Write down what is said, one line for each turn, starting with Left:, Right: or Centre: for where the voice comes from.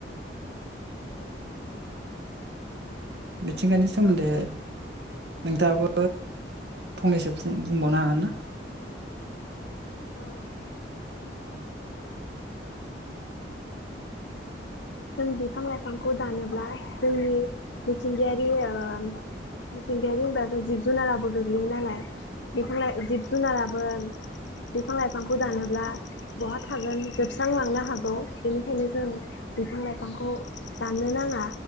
Right: मिथिंगानि सोमोन्दै नोंथांङाबो फंनैसो फुं-बुंबावनो हागोन ना?
Left: औ जों बिफां-लाइफांखौ दानोब्ला जोंनि मिथिंगायारि ओ मिथिंगायारि होनबा जिब जुनाराबो गोग्लैयो नालाय <unintelligible> जिब जुनाराब बोन बिफां लाइफांखौ दानोब्ला बहा थागोन जोबस्रांलांनो हागौ बेनिखायनो जों बिफां लाइफांखौ दाननो नांङा।